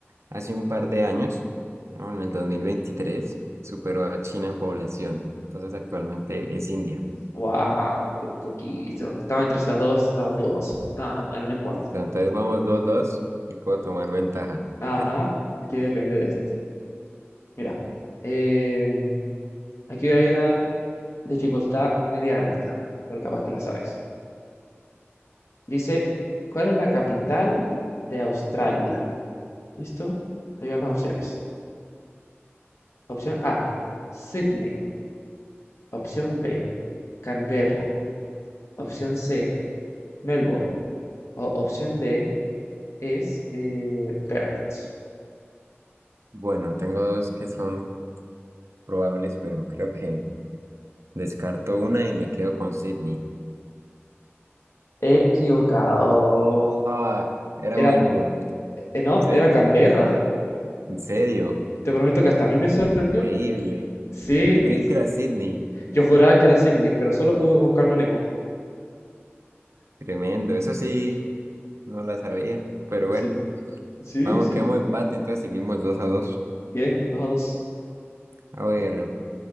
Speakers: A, on the right (about 80°); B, on the left (about 80°).
A: hace un par de años, ¿no? En el 2023 superó a China en población. Entonces actualmente es India.
B: wow, por poquito. Estaba entre esas dos, estaba dudoso. Ah, bueno, no importa.
A: Listo, entonces vamos dos dos. y puedo tomar ventaja.
B: Ajá,
A: <laughs>
B: aquí depende de esto. Mira, em, aquí hay una dificultad media alta, pero capaz que la sabes. Dice, ¿cuál es la capital de Australia? ¿Listo? Ahí van las opciones. Opción
A: Mm.
B: A, Sydney. Opción B, Canberra. Opción C, Melbourne. O- opción D es eh, Perth.
A: Bueno, tengo dos que son probables, pero creo que descarto una y me quedo con Sydney.
B: Equivocado.
A: Ah, era Melbourne,
B: Era, eh, no,
A: ¿sí?
B: era Canberra.
A: En serio,
B: Te prometo que hasta a mí me sorprendió.
A: increíble.
B: Sí,
A: Yo creí que era Sydney,
B: yo juraba que era Sydney, pero solo pude ir buscando a Nemo.
A: tremendo. Eso sí, no la sabía. Pero bueno,
B: Sí, sí,
A: vamos,
B: sí.
A: quedamos empate, entonces seguimos dos a dos.
B: Bien, dos a dos.
A: A ver,